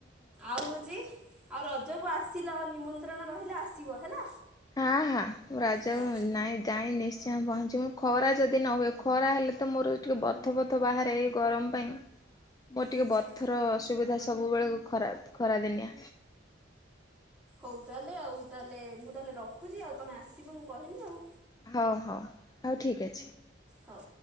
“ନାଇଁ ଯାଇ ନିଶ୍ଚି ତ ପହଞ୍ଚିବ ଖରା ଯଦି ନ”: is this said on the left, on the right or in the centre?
Left